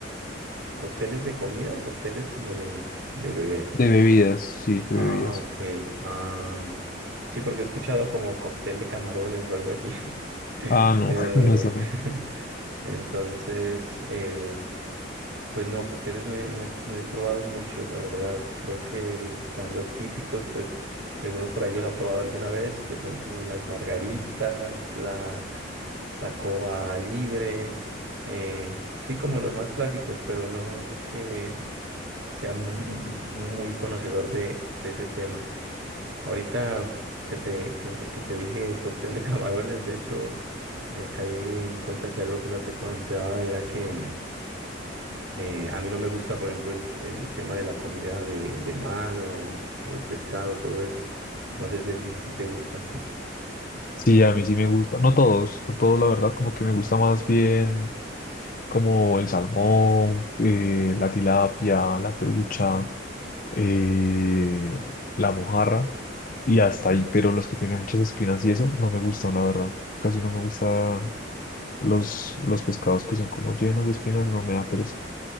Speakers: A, on the right; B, on the left.
A: cócteles de comida o cócteles como de, de beber.
B: De bebidas, sí, de
A: Ah,
B: bebidas.
A: ok. ah, sí, porque he escuchado como cóctel de camarones o algo así. <laughs>
B: Ah, no,
A: Eh,
B: <laughs> no, eso no.
A: <laughs> entonces, eh, Pues no, cócteles no he, no he, no he probado muchos, la verdad. Creo que el- están los típicos, pues que uno por ahí los ha probado alguna vez, que son como las margaritas, la, la cova libre, eh, sí, como los más clásicos, pero no, no es que sea mu- mu- muy conocedor de, de ese tema. Ahorita que te, que, que te dije cóctel de <laughs> camarones, de hecho, eh, caí en cuenta que algo que no te contaba era que... Eh, a mí no me gusta, por ejemplo, el, el tema de la comida de, de mar o, o el pescado, todo eso. No sé si así sí te gusta.
B: Sí, a mí sí me gusta. No todos, no todos, la verdad, como que me gusta más bien. como el salmón, eh, la tilapia, la trucha, eh, la mojarra y hasta ahí, pero los que tienen muchas espinas y eso no me gustan, la verdad. Casi no me gustan los, los pescados que son como llenos de espinas, no me da pereza,